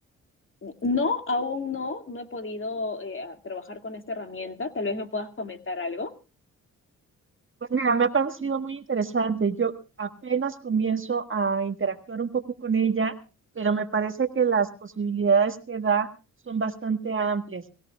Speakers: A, on the left; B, on the right.
A: No, aún no, no he podido eh, a- trabajar con esta herramienta. Tal vez me puedas comentar algo.
B: Pues mira, me ha parecido muy interesante. Yo apenas comienzo a interactuar un poco con ella, pero me parece que las posibilidades que da son bastante amplias.